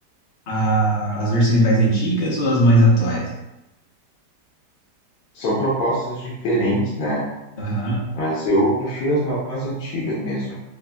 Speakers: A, on the left; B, on the left.
A: a- as versões mais antigas ou as mais atuais?
B: São propostas diferentes, né?
A: Aham,
B: Mas eu prefiro as mais antigas mesmo.